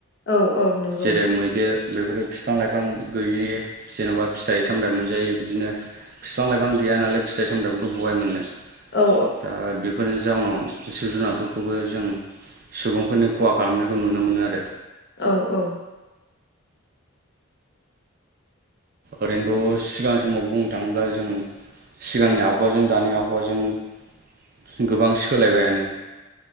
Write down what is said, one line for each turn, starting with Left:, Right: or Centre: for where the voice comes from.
Left: औ औ नंगौ
Right: जेरै मैदेर बेफोरो फिफां लाइफां गैयि जेन'बा फिथाइ सामथाइ मोनजायै बिदिनो फिफां लाइफां गैया नालाय फिथाइ सामथाइखौथ' बहाय मोननो।
Left: औ
Right: दा बे बेफोरनि जाउनाव जिब जुनारफोरखौबो जों सुबुंफोरनि खहा खालामनायखौ नुनो मोनो आरो
Left: औ औ।
Right: ओरैनोथ' सिगां समाव बुंनो थाङोब्ला जों सिगांनि आबहावाजों दानि आबहावाजों गोबां सोलायबायानो।